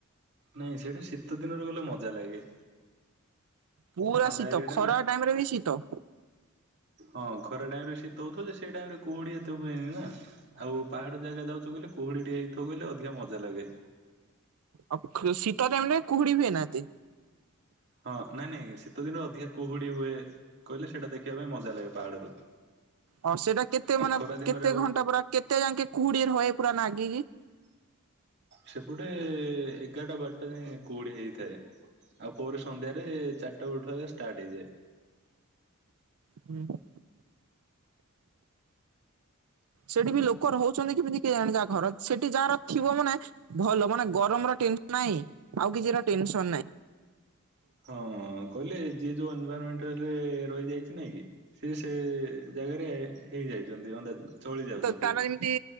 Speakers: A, on the right (about 50°); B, on the right (about 85°).
A: ନାଇଁ ସେଇଠି ଶୀତ ଦିନରେ ଗଲେ ମଜା ଲାଗେ।
B: ପୁରା
A: ଥଣ୍ଡା
B: ଶୀତ
A: ଏରିଆ ଟା
B: ଖରା
A: ନା
B: ଟାଇମ ରେ ବି ଶୀତ?
A: ହଁ ଖରା ଟାଇମ ରେ ସୀତ ହେଉଥିବ ଯେ ସେଇ ଟାଇମ ରେ କୁହୁଡି ଏତେ ହୁଏନି ନା? ଆଉ ପାହାଡ ଜାଗା ଯାଉଚୁ ବଲେ କୁହୁଡି ଟିକେ ହେଇଥିବ ବଲେ ଅଧିକା ମଜା ଲାଗେ।
B: ଆ ଖୁଁ ଶୀତ ଟାଇମ ରେ କୁହୁଡି ହୁଏନା ଏତେ?
A: ହଁ ନାଇଁ ନାଇଁ ଶୀତ ଦିନରେ ଅଧିକା କୁହୁଡି ହୁଏ କହିଲେ ସେଇଟା ଦେଖିବା ପାଇଁ ମଜା ଲାଗେ ପାହାଡରୁ
B: ହଁ ସେଟା କେତେ
A: ଆଉ
B: ମାନେ
A: ଖରା ଦିନରେ
B: କେତେ
A: ଆଉ
B: ଘଣ୍ଟା ପୁରା କେତେ ଜାଙ୍କେ କୁହୁଡି ରହେ ପୁରା ନାଗିକି?
A: ସେପଟେ ଏଗାରଟା ବାରଟା ଯାଏ କୋଡ଼ିଏ ହେଇଥାଏ। ଆଉ ପରେ ସନ୍ଧ୍ୟାରେ ଚାରିଟା ବୋଳେଠୁ ଷ୍ଟାର୍ଟ ହେଇଯାଏ।
B: ହୁଁ। ସେଠି ବି ଲୋକ ରହୁଛନ୍ତି କେମିତି କେଜାଣ ଯାହା ଘର ସେଠି ଯାହାର ଥିବ ମାନେ ଭଲ ମାନେ ଗରମ ର ଟେନସ ନାହିଁ ଆଉ କିଛିର ଟେନସନ ନାହିଁ।
A: ହଁ କହିଲେ ଯିଏ ଯୋଉ ଏନଭରମେଣ୍ଟରେ ରହିଯାଇଛି ନାଇଁ କି? ସେ ସେ ଜାଗାରେ ହେଇଯାଇଛନ୍ତି ଅନ୍ଦାଜ ଚଳି ଯାଉଛନ୍ତି।
B: ତ ତାର ଏମିତି